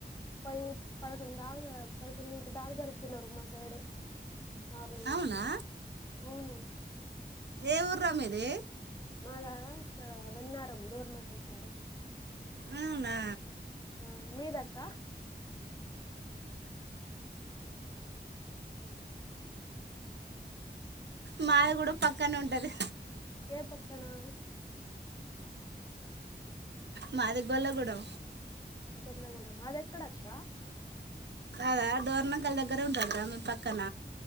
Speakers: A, on the left; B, on the right.
A: పది పదకొండు దాలు పదకొండుంటి దాలు జరుపుకున్నారు మా సైడ్ మార్నింగ్
B: అవునా
A: అవును
B: ఏ ఊర మీది
A: మా దాగా ఇక్కడ వెన్నారం డోర్మకిల్ సాడు
B: అవునా
A: ఆ మీదక్క
B: మాది కూడా పక్కనే ఉంటది
A: ఏ పక్కనా
B: మా దగ్గళ్ళ కూడా
A: ఒకళ్ళగూడము అది ఎక్కడక్క
B: అదా డోర్నకలి దగ్గరే ఉంటారు క మీ పక్కన